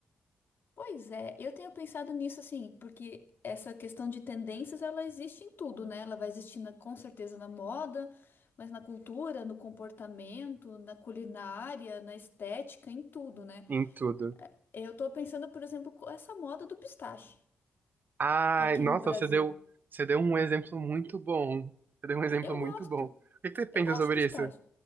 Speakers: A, on the left; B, on the right.
A: Pois é, eu tenho pensado nisso assim, porque essa questão de tendências ela existe em tudo, né? Ela vai existir na- com certeza na moda, mas na cultura, no comportamento, na culinária, na estética, em tudo, né?
B: em tudo.
A: Eu tô pensando, por exemplo, com essa moda do pistache
B: Ai,
A: aqui
B: nossa,
A: no Brasil.
B: você deu, você deu um exemplo muito bom. Você deu um exemplo
A: Eu
B: muito
A: gosto,
B: bom. O que que você pensa
A: eu gosto
B: sobre
A: de pistache.
B: isso?